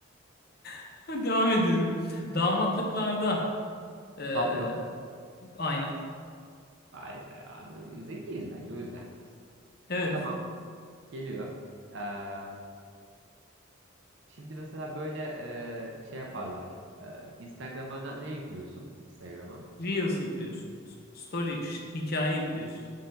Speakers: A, on the left; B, on the right.
A: <laughs> Devam ediyorum. Damatlıklarda eee,
B: Papyon.
A: aynı.
B: Vay be abi. Zekiyiz bence o yüzden.
A: Evet.
B: Tamam. Geliyor. Ee, şimdi mesela böyle e, şey yaparlar. Ee, Instagram'a ne ne yüklüyorsun? Instagram'a.
A: Reels yüklüyorsun. Story, ş- hikaye yüklüyorsun.